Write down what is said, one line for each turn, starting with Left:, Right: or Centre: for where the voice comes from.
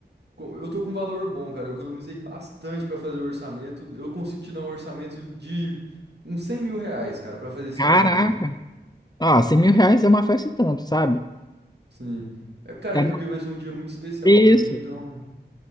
Right: co- eu tô com um valor bom, cara, eu economizei bastante pra fazer o orçamento. Eu consigo te dar um orçamento de uns 100 mil reais, cara, pra fazer esse
Left: Caraca!
Right: casamento.
Left: Ah, cem mil reais é uma festa e tanto, sabe?
Right: Sim. É, cara,
Left: Tava-
Right: é porque vai ser um dia muito especial
Left: Isso.
Right: pra mim, então.